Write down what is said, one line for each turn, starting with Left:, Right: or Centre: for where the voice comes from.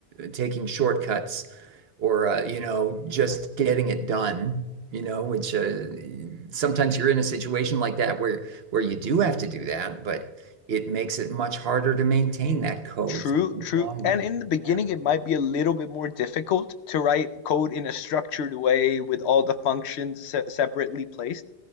Right: taking shortcuts or uh, you know just getting it done you know which uh, sometimes you're in a situation like that where where you do have to do that but it makes it much harder to maintain that code
Left: True,
Right: in
Left: true.
Right: the long run
Left: And in the beginning,
Right: yeah
Left: it might be a little bit more difficult to write code in a structured way with all the functions se- separately placed.